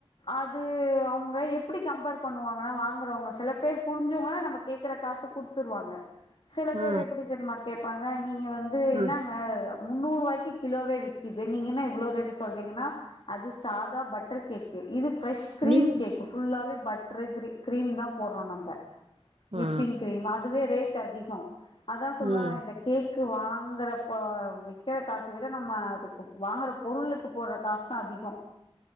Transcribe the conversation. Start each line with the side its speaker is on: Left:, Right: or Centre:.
Left: அது அவுங்க எப்டி கம்பேர் பண்ணுவாங்கன்னா வாங் றங்க சில பேர் புரிஞ்சவுங்க நம்ம கேக்குற காச குடுத்துருவாங்க சில பேர்
Right: ஆ
Left: எப்டி ஜென்மா கேப்பாங்க நீங்க வந்து
Right: ஆ
Left: என்னாங்க முன்னூறு ரூபாய்க்கு கிலோவே விக்குது நீங்க என்ன இவ்வளோ ரேட்டு சொல்றீங்கன்னா அது சாதா பட்டர் கேக் இது ப்ரஷ் க்ரீம்
Right: நீங்க
Left: கேக் புல்லாவே பட்டர் கிரி க்ரீம் தா போட்றோ நம்ப விப்பிங்
Right: ஆ
Left: க்ரீம் அதுவே ரேட் அதிக அதா சொல்வாங்க
Right: ம்
Left: இந்த கேக் க்கு வாங்கற போ விக்கற காச விட நம்ம அதுக்கு வாங்குற பொருளுக்கு போட்ற காசு தா அதி திக